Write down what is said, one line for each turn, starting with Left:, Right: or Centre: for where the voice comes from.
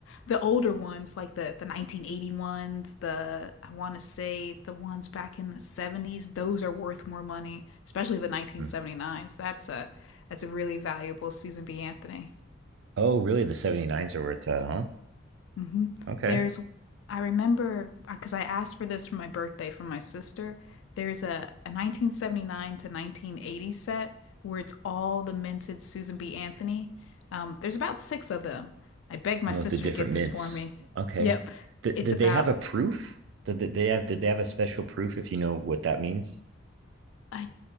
Left: the older ones like the the 1980 ones, the I want to say the ones back in the 70s, those are worth more money, especially the 1979s.
Right: Mhm.
Left: That's a that's a really valuable Susan B. Anthony
Right: Oh, really? The 79s are where it's at, huh?
Left: hmm
Right: Okay.
Left: There's, I remember because I asked for this for my birthday from my sister. There's a, a 1979 to 1980 set where it's all the minted Susan B. Anthony. Um, there's about six of them. I begged my
Right: Oh,
Left: sister
Right: the different
Left: to get
Right: mints.
Left: this for me.
Right: Okay.
Left: Yep.
Right: Did,
Left: It's
Right: did
Left: about,
Right: they have a proof? Did they have did they have a special proof if you know what that means?
Left: I